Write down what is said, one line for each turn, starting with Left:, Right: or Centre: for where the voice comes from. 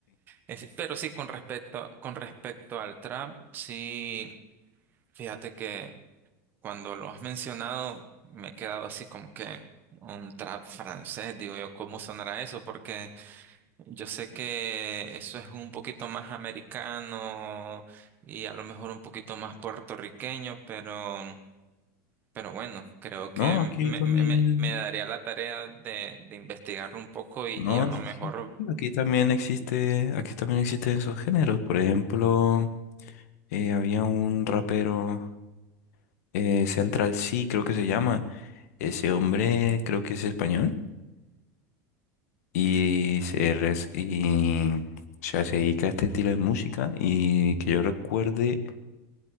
Right: Es- pero sí, con respecto, con respecto al trap, sí, fíjate que cuando lo has mencionado me he quedado así como que un trap francés, digo yo, ¿cómo sonará eso? Porque yo sé que eso es un poquito más americano y a lo mejor un poquito más puertorriqueño, pero, pero bueno, creo que
Left: No, aquí
Right: me,
Left: también.
Right: me, me- me daría la tarea de, de investigarlo un poco y,
Left: No,
Right: y a lo
Left: sí,
Right: mejor,
Left: sí, sí, aquí también existe, aquí también existen esos géneros. Por ejemplo, eh, había un rapero, eh, Central C, creo que se llama. Ese hombre creo que es español y se, res- y, o sea, se dedica a este estilo de música y que yo recuerde